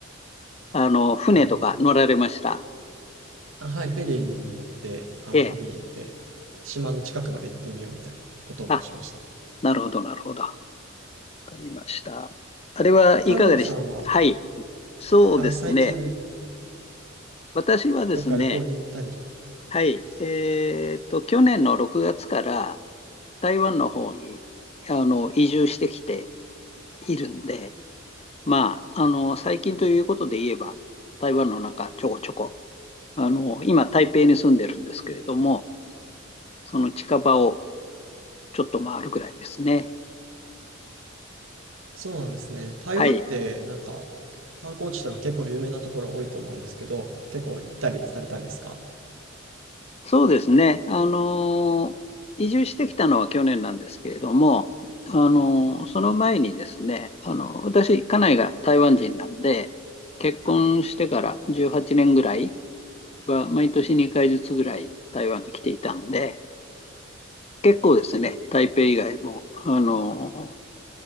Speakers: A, on the left (about 30°); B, on the right (about 85°).
A: あの、船とか乗られました。
B: はい。あ、はい、フェリーにも乗って、あの、
A: ええ。
B: 海で島の近くまで行ってみようみたいなこともしました。
A: あ、なるほど、なるほど。わかりました。あれはいかがでしたはい。
B: 関東さんは、
A: そうですね。
B: あ、最近
A: 私はですね、
B: どっか旅行に行ったりとか
A: はい、えーっと、去年の6月から台湾の方にあの移住してきているんで、まあ、あの、最近ということで言えば、台湾の中、ちょこちょこ、あの、今、台北に住んでるんですけれども、その近場をちょっと回るぐらいですね。
B: そうなんですね。台湾ってなんか
A: はい。
B: 観光地とか結構有名なところ多いと思うんですけど、結構行ったりされたんですか
A: そうですね。あのー移住してきたのは去年なんですけれども、あのーその前にですね、あのー私、家内が台湾人なんで、結婚してから18年ぐらいは、毎年2回ずつぐらい台湾に来ていたんで、結構ですね、台北以外も、あのー